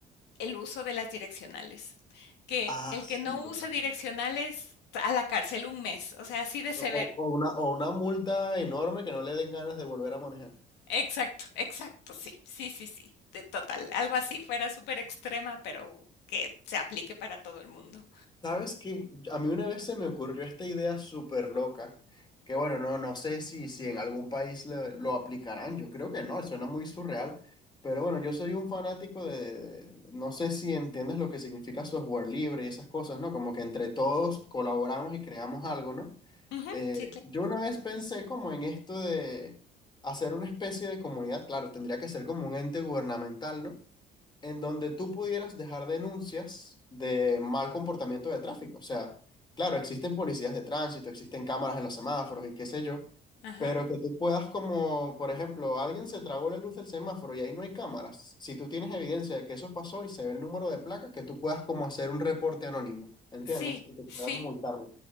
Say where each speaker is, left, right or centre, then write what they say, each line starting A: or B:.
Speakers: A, on the left; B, on the left.
A: el uso de las direccionales, que
B: Ah,
A: el
B: sí,
A: que no
B: total.
A: use direccionales a la cárcel un mes, o sea, así de severo.
B: O, o una, o una multa enorme que no le den ganas de volver a manejar.
A: Exacto, exacto, sí, sí, sí, sí, de total, algo así, fuera súper extrema, pero que se aplique para todo el mundo.
B: ¿Sabes qué? A mí una vez se me ocurrió esta idea súper loca, que bueno, no, no sé si, si en algún país le- lo aplicarán, yo creo que no, suena muy surreal, pero bueno, yo soy un fanático de, no sé si entiendes lo que significa software libre y esas cosas, ¿no? Como que entre todos colaboramos y creamos algo, ¿no?
A: Ujú,
B: Eh,
A: sí, claro.
B: yo una vez pensé como en esto de hacer una especie de comunidad, claro, tendría que ser como un ente gubernamental, ¿no? en donde tú pudieras dejar denuncias de mal comportamiento de tráfico. O sea, claro, existen policías de tránsito, existen cámaras en los semáforos y qué sé yo,
A: Ajá,
B: pero que tú puedas como, por ejemplo, alguien se tragó la luz del semáforo y ahí no hay cámaras. Si tú tienes evidencia de que eso pasó y se ve el número de placas, que tú puedas como hacer un reporte anónimo, ¿entiendes?
A: sí,
B: Y que puedan
A: sí,
B: multarlo.